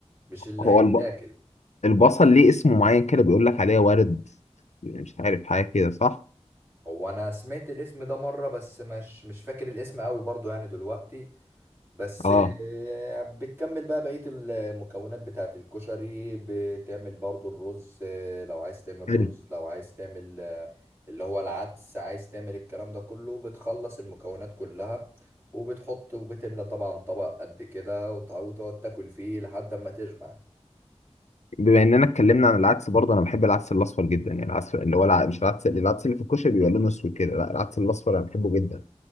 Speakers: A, on the right; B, on the left.
A: مش اللي
B: هو
A: هيتاكل
B: الب... البصل ليه اسم معين كده بيقول لك عليه ورد مش عارف حاجه كده صح
A: هو انا سمعت الاسم ده مره بس مش مش فاكر الاسم قوي برضو يعني دلوقتي بس
B: اه
A: آه، بتكمل بقى بقيه المكونات بتاعه الكشري بتعمل برضو الرز آه، لو عايز تعمل
B: حلو
A: رز لو عايز تعمل آه، اللي هو العدس عايز تعمل الكلام ده كله بتخلص المكونات كلها وبتحط وبتملى طبعا طبق قد كده وتع- وتقعد تاكل فيه لحد ما تشبع
B: بما اننا اتكلمنا عن العدس برضه انا بحب العدس الاصفر جدا يعني العدس اللي هو الع... مش العدس العدس اللي في الكشري بيبقى لونه اسود كده لا العدس الاصفر انا بحبه جدا